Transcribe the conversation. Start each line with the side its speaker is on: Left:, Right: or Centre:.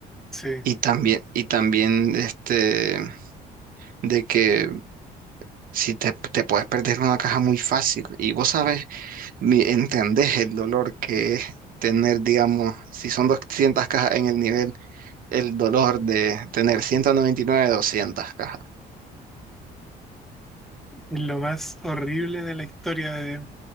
Centre: Sí, es
Right: y también, y también, este, de que si te, te puedes perder una caja muy fácil. Y vos sabes mi- entendés el dolor que es tener, digamos, si son 200 cajas en el nivel, el dolor de tener 199 doscientas cajas.
Centre: lo más horrible de la historia de.